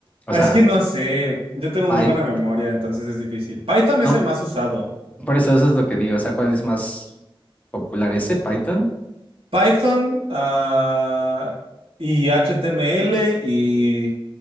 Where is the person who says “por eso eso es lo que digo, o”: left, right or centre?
Left